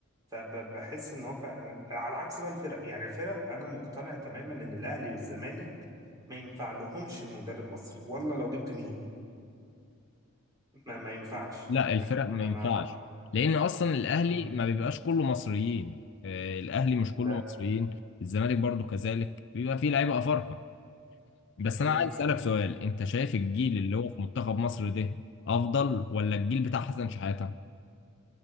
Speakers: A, on the right; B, on the left.
A: فبحس ان هو فعلا على عكس بقى الفرق يعني الفرق انا مقتنع تماما ان الاهلي والزمالك ما ينفع لهمش مدرب مصري والله لو جبت مين ما ما ينفعش
B: لا الفرق ما
A: ما
B: ينفعش
A: ما ما
B: لان اصلا الاهلي
A: مم.
B: ما بيبقاش كله مصريين آه، الاهلي مش كله
A: ده
B: مصريين الزمالك برضو كذلك بيبقى فيه لعيبه افارقه بس
A: امم
B: انا عايز اسالك سؤال انت شايف الجيل اللي هو في منتخب مصر ده افضل ولا الجيل بتاع حسن شحاته